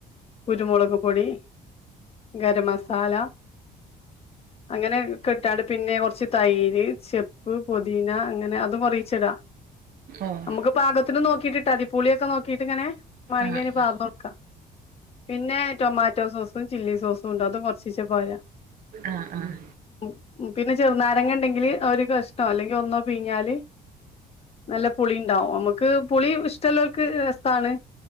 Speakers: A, on the left; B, on the right.
A: കുരുമുളക് പൊടി, ഗര മസാല. അങ്ങനെക്കെട്ടാണ്ട് പിന്നെ കൊർച്ച് തൈര്, ചെപ്പ്, പൊതീന, അങ്ങനെ അതും കൊറീച്ചിടാ
B: ഓഹ്
A: അമ്മക്ക് പാകത്തിന് നോക്കി ക്കിട്ടിട്ടാ മതി പുളിയൊക്കെ നോക്കിട്ട്ങ്ങനെ മാണങ്കി
B: ആഹ്
A: ഇനി പാർന്നൊട്ക്കാ.
B: ആഹ്
A: പിന്നെ ടൊമാറ്റോ സോസും, ചില്ലി സോസും, ഇണ്ട് അതും കൊർച്ചീശെ പാരാ
B: ആഹ് ആഹ്
A: ഉം ഉം പിന്നെ ചെർനാരങ്ങ ഇണ്ടെങ്കില് ഒരു കഷ്ണോ അല്ലെങ്കി ഒന്നോ പിഴിഞ്ഞാല് നല്ല പുളി ഇണ്ടാവും അമ്മക്ക് പുളി ഇഷ്ട്ടള്ളോല്ക്ക് രസാണ്.